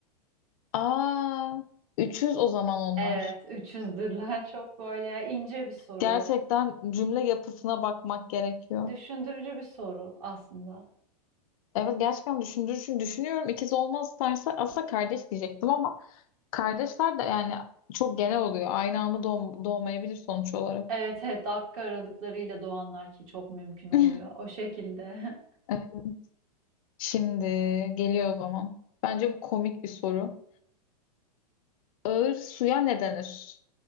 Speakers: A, on the left; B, on the right.
A: Aa, 300 o zaman onlar.
B: Evet, üçüzdürler. <laughs> Çok böyle ince bir soru.
A: Gerçekten cümle yapısına bakmak gerekiyor.
B: Düşündürücü bir soru aslında.
A: Evet gerçekten düşündüğü için düşünüyorum. İkiz olmaz derse aslında kardeş diyecektim ama kardeşler de yani çok genel oluyor. Aynı anda doğ- doğmayabilir sonuç olarak.
B: Evet evet dakika aralıklarıyla doğanlar ki çok mümkün oluyor.
A: <laughs>
B: O şekilde.
A: Evet, şimdi geliyor o zaman. Bence bu komik bir soru. Ağır suya ne denir?